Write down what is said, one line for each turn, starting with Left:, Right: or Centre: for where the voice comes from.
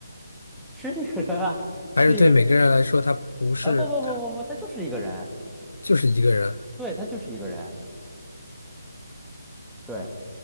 Centre: 是一个人啊，是一个人
Left: 还是对每个人来说，他不是，
Centre: 啊，不不不不不，
Left: 他
Centre: 他就是一个人，
Left: 就是一个人，
Centre: 对，他就是一个人，对